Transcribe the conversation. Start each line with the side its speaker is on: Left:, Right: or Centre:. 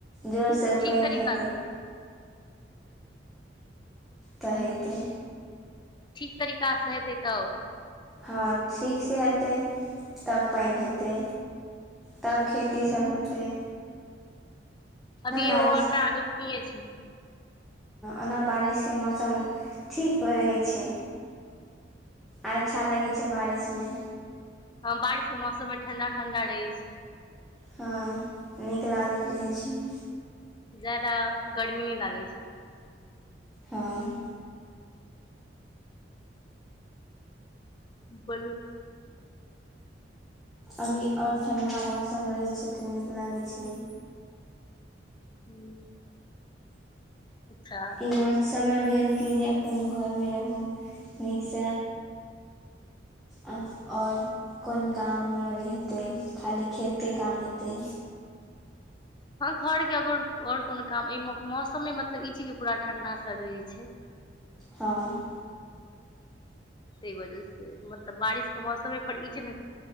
Centre: जोर से
Left: ठीक
Centre: पैनि
Left: तरीका
Centre: हेतै।
Left: सँ
Centre: तऽ हयतै।
Left: ठीक तरीकास हेतै तब
Centre: हँ ठीकसे हेतै तब पाइन हेतै। तब खेती सभ होतै।
Left: अभी <unintelligible>
Centre: बारिश
Left: रोपनीये छै।
Centre: ओना बारिशके मौसम ठीको रहै छै। आच्छा लगै छै बारिशमे।
Left: हँ बारिश के मौसम मे ठंडा ठंडा रहै छै।
Centre: हँ नीक लागैत रहै छै।
Left: ज्यादा गर्मी नै लागै छै।
Centre: हँ
Left: बोलू
Centre: अभी और ठण्डा मौसम रहै छै तऽ नीक लागै छै।
Left: हूं अच्छा
Centre: ई मौसम मे भेल कि जे अपन घोर मे रहु नीकस आ आओर कोन काम अरी हेतै खाली खेतके काम हेतै।
Left: हँ घर के अगर और कोनो काम अइ मौसममे मतलब ई चीज के पूरा ठंडा से रहे छै।
Centre: हँ
Left: तै वजह से मतलब बारिशके मौसम पर ई छै ने